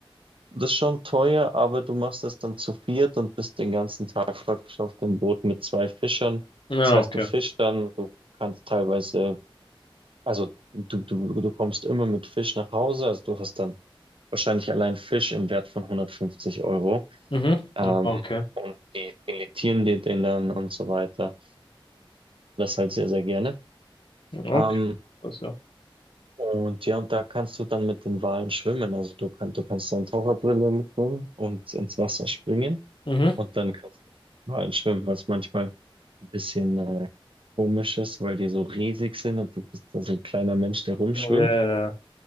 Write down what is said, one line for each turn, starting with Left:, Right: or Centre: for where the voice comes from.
Right: Das ist schon teuer, aber du machst das dann zu viert und bist den ganzen Tag praktisch auf dem Boot mit zwei Fischern.
Left: Ja,
Right: Das heißt,
Left: okay.
Right: du fischst dann, du kannst teilweise Also du, du, du kommst immer mit Fisch nach Hause, also du hast dann wahrscheinlich allein Fisch im Wert von 150 Euro.
Left: Mhm.
Right: Ähm,
Left: Okay,
Right: und die filetieren dir den dann und so weiter. Das halt sehr, sehr gerne.
Left: okay.
Right: Ähm,
Left: also
Right: und ja, und da kannst du dann mit den Walen schwimmen. Also du, kann, du kannst dann Taucherbrille mitnehmen und ins Wasser springen.
Left: Mhm.
Right: Und dann kannst du mit den Walen schwimmen, was manchmal ein bisschen äh, komisch ist, weil die so riesig sind und du bist da so ein kleiner Mensch, der rumschwimmt.
Left: Ja, ja, ja.